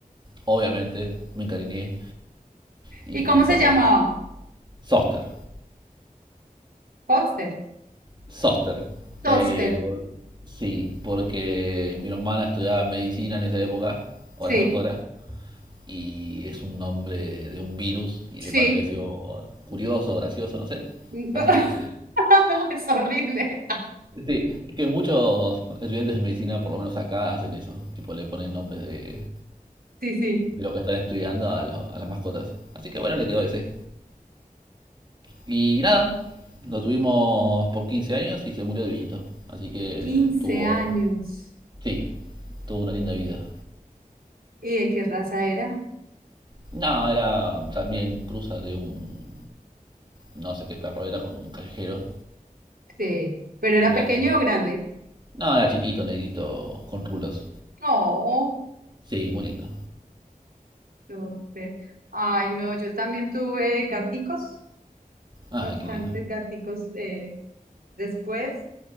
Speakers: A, on the right; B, on the right.
A: obviamente, me encariñé y
B: ¿Y cómo
A: formó
B: se llamaba?
A: Soster.
B: Foster.
A: Soster.
B: Toaster.
A: Eh, por- sí, porque mi hermana estudiaba medicina en esa época, ahora
B: Sí,
A: es doctora, y es un nombre de un virus y
B: sí.
A: le pareció curioso, gracioso, no sé.
B: <laughs>
A: Así que se le-
B: Es horrible.
A: sí, es que muchos estudiantes de medicina, por lo menos acá, hacen eso. Tipo, le ponen nombres de,
B: Sí, sí.
A: de los que están estudiando a, los- a las mascotas. Así que bueno, le quedó ese. Y nada, lo tuvimos por 15 años y se murió de viejito. Así que
B: 15
A: tuvo,
B: años.
A: sí, tuvo una linda vida.
B: ¿Y de qué raza era?
A: No, era también cruza de un, no sé qué perro era, con un callejero.
B: Sí. ¿Pero era
A: Y era
B: pequeño
A: negrito.
B: o grande?
A: No, era chiquito, negrito, con rulos.
B: No.
A: Sí, muy lindo.
B: Toaster. Ay, no, yo también tuve gaticos,
A: Ay,
B: bastantes
A: qué lindo.
B: gaticos eh, después.